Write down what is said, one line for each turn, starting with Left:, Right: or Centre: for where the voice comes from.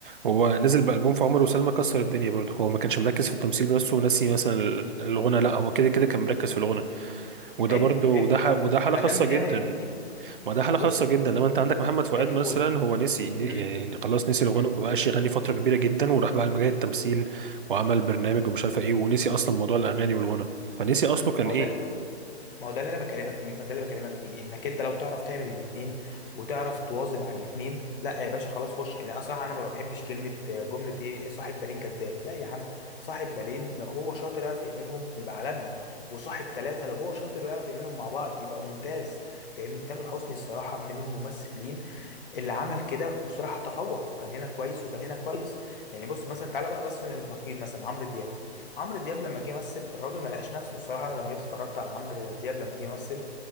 Right: هو نزل بالبوم في عمر وسلمى كسر الدنيا برضه هو ما كانش مركز في التمثيل بس وناسي مثلا الغنى لا هو كده كده كان مركز في الغنى وده
Left: حلو
Right: برضه
Left: حلو
Right: وده
Left: يبقى
Right: ح- وده حاله
Left: ما
Right: خاصه
Left: دام بتعمل
Right: جدا
Left: الاثنين
Right: ما
Left: ما
Right: ده حالة
Left: هو
Right: خاصة
Left: بص
Right: جدا
Left: بص
Right: لما انت عندك محمد فؤاد
Left: اديك
Right: مثلا
Left: قول
Right: هو نسي يعني
Left: مم،
Right: خلاص نسي الغنى
Left: مم.
Right: ما بقاش يغني فترة كبيرة جدا وراح بقى لمجال التمثيل وعمل برنامج ومش عارفة ايه ونسي اصلا موضوع الاغاني والغنى فنسي اصله كان
Left: هو
Right: ايه
Left: ده ما هو ده اللي انا بكلمك ما ده اللي بكلمك فيه انك انت لو تعرف تعمل الاثنين وتعرف تواظب على الاثنين لا يا باشا خلاص خش يعني اصلا انا ما بحبش كلمه آه، جمله ايه صاحب بالين كذاب لا يا عم صاحب بالين لو هو شاطر يعرف يعملهم يبقى عالمي وصاحب ثلاثه لو هو شاطر ويعرف يعملهم مع بعض يبقى ممتاز فاهمني تامر حسني الصراحه من الممثلين اللي عمل كده وصراحة تفوق وكان هنا كويس وكان هنا كويس يعني بص مثلا تعالى بقى بس للنقيض مثلا عمرو دياب عمرو دياب لما جه يمثل الراجل ما لقاش نفسه الصراحة انا لما جيت اتفرجت على عمرو دياب لما جه يمثل